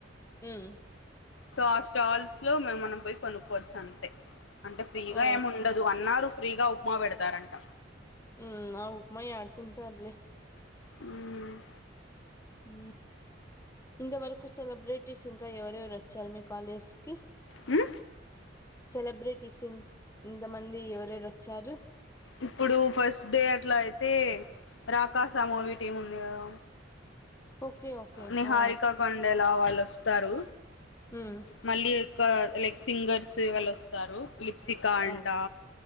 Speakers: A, on the left; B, on the left.
A: హమ్
B: సో ఆ స్టాల్స్ లో మేము మనం పోయి కొనుక్కోవచ్చు అంతే అంటే ఫ్రీగా
A: ఓ
B: ఏమి ఉండదు అన్నారు ఫ్రీగా ఉప్మా పెడతారంట
A: ఉమ్ ఆ ఉప్మా యాడ తింటారులే
B: హమ్
A: హ ఇంత వరకు సెలబ్రెట్ స్ ఇంకా ఎవరెవరు వచ్చారు మీ కాలేజ్ కి
B: మ్
A: సెలబ్రిటీస్ ఇ ఇంతమంది ఎవరెవరు వచ్చారు
B: ఇప్పుడు ఫస్ట్ డే అట్లా అయితే రాకాస మూవీ టీం ఉంది కదా
A: ఓకే ఓకే
B: నిహారిక
A: ఆ
B: కొండెలా వాళ్ వస్తారు
A: ఉమ్
B: మళ్ళీ యొక్క లైక్ సింగర్స్ వాళ్ళు వస్తారు లిప్సికా అంట
A: ఆ